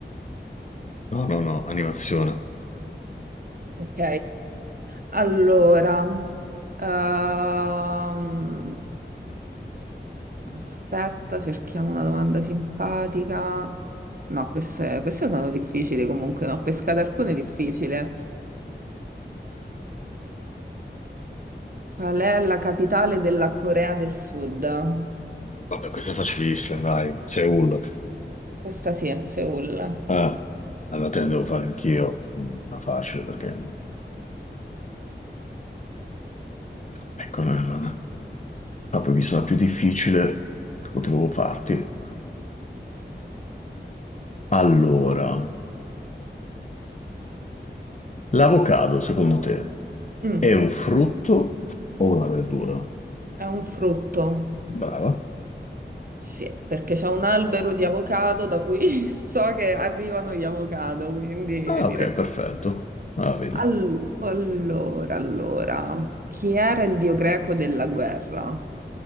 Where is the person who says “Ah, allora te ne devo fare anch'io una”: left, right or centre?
Left